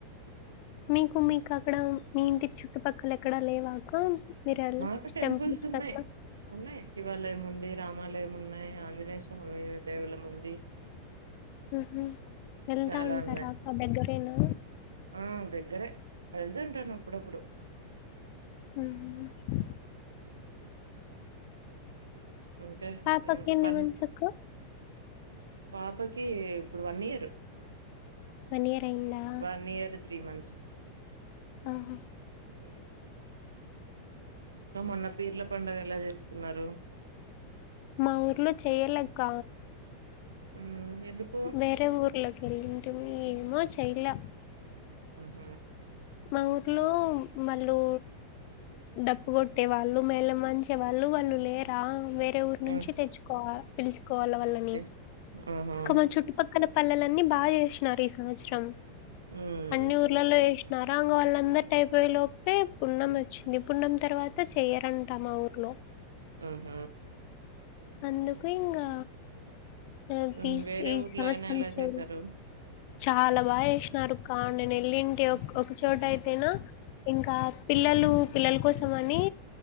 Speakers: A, on the left; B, on the right.
A: మీకు మీకక్కడ మీ ఇంటి చుట్టుపక్కల ఎక్కడ లేవాక్కా మీరారోజు
B: మాకు
A: టెంపుల్స్
B: ఉన్నాయి
A: పట్ల
B: ఉన్నాయి శివాలయం ఉంది, రామాలయం ఉన్నాయి, ఆంజనేయ స్వామి దేవులం ఉంది
A: ఊహు వెళ్తా
B: చాలా
A: ఉంటారాక్క
B: ఉన్నాయి
A: దగ్గరేనా
B: ఆ దగ్గరే వెళ్తా ఉంటుంటాను అప్పుడప్పుడు
A: హ
B: ఇంకా
A: ఆ పక్కిని
B: పన్
A: ఉంచుకో
B: పాపకి ఇప్పుడు వన్ ఇయర్
A: వన్ ఇయర్రైందా
B: వన్ ఇయర్ త్రీ మంత్స్
A: ఆహ
B: ఊ మొన్న పీర్ల పండుగ ఎలా చేసుకున్నారు
A: మా ఊర్లో చేయ్యలేక్క
B: ఉం ఎందుక్
A: వేరే ఊర్లోకి <unintelligible> ఏమో చైలా
B: అహ
A: మా ఊర్లో మళ్ళు డప్పు కొట్టే వాళ్ళు మేళ మంచే వాళ్ళు వాళ్ళు లేరా వేర వేరే ఊరు నుంచి
B: ఆ,
A: తెచ్చుకోవాలి పిలుచుకోవాలి వాళ్ళని
B: ఓకే ఆహా
A: ఇక మా చుట్టుపక్కల పల్లెలన్నీ బాగా చేస్న్నారు ఈ సంవత్సరం
B: ఆ
A: అన్ని ఊర్లలో చే నరాంగ వాళ్ళందా ఐపోయేలోపే పున్నం వచ్చింది పున్నం తర్వాత చెయ్యరంట మా ఊర్లో
B: అహ
A: అందుకు ఇంగా ఈ
B: మ్మ్,
A: తి
B: వేరే
A: ఈ
B: ఊర్లో
A: సంవత్సరం
B: అయినా ఎలా
A: చే
B: చేశారు
A: చాలా బాగ చేసినారు కావు నేను వెళ్ళింటి
B: మ్మ్,
A: ఒకచోట అయితేనా ఇంకా పిల్లలు పిల్లల కోసం అని